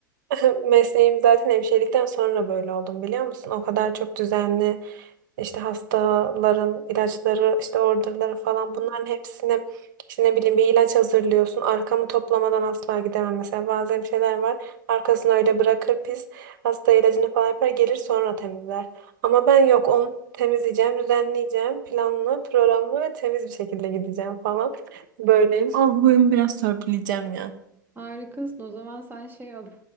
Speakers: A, on the right; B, on the right.
A: <laughs> mesleğim zaten hemşirelikten sonra böyle oldum biliyor musun? O kadar çok düzenli işte hastaların ilaçları, işte orderları falan bunların hepsini işte ne bileyim bir ilaç hazırlıyorsun. Arkamı toplamadan asla gidemem. Mesela bazen şeyler var. Arkasını öyle bırakır pis. Hasta ilacını falan yapar gelir sonra temizler. Ama ben yok onu temizleyeceğim, düzenleyeceğim. Planlı, programlı ve temiz bir şekilde gideceğim falan. Böyleyim. Olduğum biraz törpüleyeceğim ya.
B: harikasın. O zaman sen şey yap.